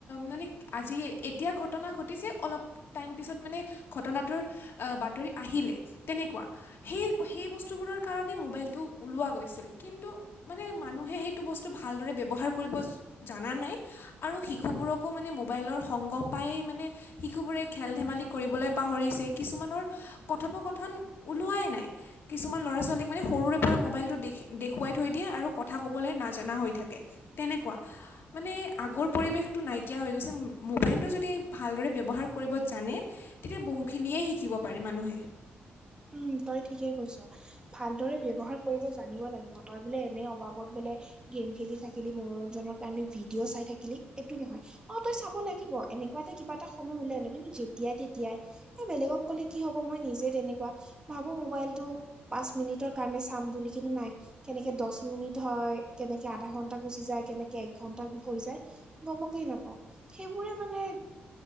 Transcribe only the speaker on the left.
মানে আজি এতিয়া ঘটনা ঘটিছে অলপ টাইম পিছত মানে ঘটনাটোৰ বাতৰি আহিলে। তেনেকুৱা সেই সেই বস্তুবোৰৰ কাৰণে মোবাইলটো ওলোৱা গৈছিল কিন্তু মানে মানুহে সেইটো বস্তু ভালদৰে ব্যৱহাৰ কৰিব জনা নাই আৰু শিশুবোৰকো মানে মোবাইলৰ সংগ পাই মানে শিশুবোৰে খেল ধেমালি কৰিবলৈ পাহৰিছে কিছুমানৰ কথোপকথন ওলোৱাই নাই। কিছুমান ল'ৰা ছোৱালীক মানে সৰুৰে পৰা মোবাইলটো দেখি দেখুৱাই থৈ দিয়ে আৰু কথা ক'বলৈ নাজানা হৈ থাকে। তেনেকুৱা মানে আগৰ পৰিৱেশ টো নাইকিয়া হৈ গৈছে মোবাইলটো যদি ভালদৰে ব্যৱহাৰ কৰিব জানে তেতিয়া বহুখিনিয়ে শিকিব প পাৰে মানুহে।